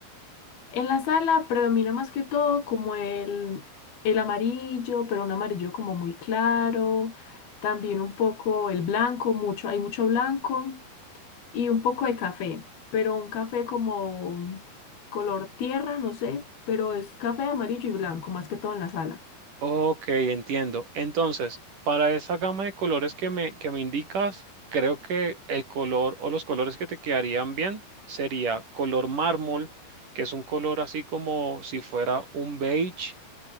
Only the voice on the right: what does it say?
Ok, entiendo. Entonces, para esa gama de colores que me, que me indicas, creo que el color o los colores que te quedarían bien sería color mármol, que es un color así como si fuera un beige.